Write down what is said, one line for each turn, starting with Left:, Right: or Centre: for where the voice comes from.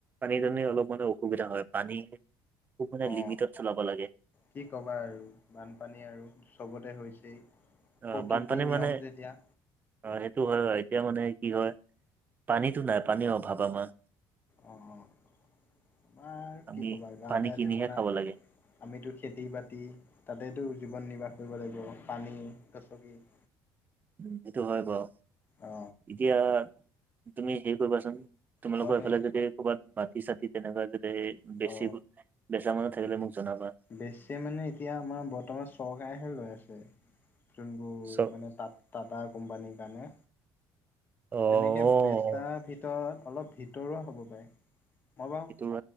Right: পানী দুনি অলপ মানে অসুবিধা হয়। পানী খুব মানে
Left: অ
Right: লিমিটত চলাব লাগে।
Left: কি ক'বা আৰু, বানপানী আৰু চবতে হৈছেই,
Right: অ'
Left: প্ৰকৃতিৰ
Right: বানপানী
Left: নিয়ম
Right: মানে
Left: যেতিয়া।
Right: অ', সেইটো হয় আৰু এতিয়া মানে কি হয় পানীতটো নাই, পানীৰ অভাৱ আমাৰ।
Left: অ', অ', আমাৰ
Right: আমি
Left: কি কবা গাঁৱলীয়া
Right: পানী কিনিহে
Left: জীৱন।
Right: খাব লাগে
Left: আমিতো খেতি বাতি, তাতেতো জীৱন নিৰ্বাহ কৰিব লাগিব, পানী গচকি। <inaudible>
Right: উন, সেইটো হয় বাৰু,
Left: অ
Right: এতিয়া তুমি হেৰি কৰিবাচোন। তোমালোকৰ
Left: কোৱাচোন
Right: এইফালে যদি ক'ৰবাত মাটি চাতি তেনেকুৱা যতে বেছি
Left: অ
Right: বেচা মানুহ থাকিলে মোক জনাবা।
Left: বেছি মানে এতিয়া আমাৰ বৰ্তমান চৰকাৰেহে লৈ আছে, যোনবোৰ
Right: চব
Left: মানে তাত টাটাৰ কোম্পানীৰ কাৰণে
Right: অ'
Left: তেনেকে বে চাৰ ভিতৰত অলপ ভিতৰুৱা হ'ব পাৰে, মই বাৰু
Right: এইটো